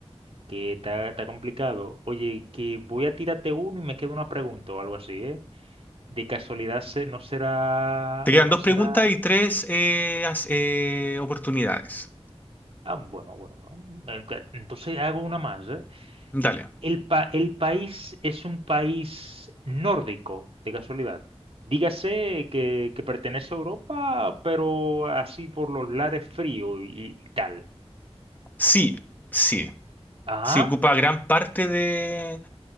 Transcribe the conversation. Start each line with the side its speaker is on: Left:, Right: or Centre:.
Right: Que está, está complicado. Oye, que voy a tirarte uno y me queda una pregunta o algo así, ¿eh? De casualidad se, no será.
Left: Te quedan
Right: No
Left: dos
Right: será.
Left: preguntas y tres eh, as- eh, oportunidades.
Right: Ah, bueno, bueno, bueno. Ent- Entonces hago una más, ¿eh?
Left: Dale.
Right: El pa- el país es un país nórdico, de casualidad. Dígase que, que pertenece a Europa, pero así por los lares fríos y, y tal.
Left: Sí, sí.
Right: Ah.
Left: Si ocupa gran parte de...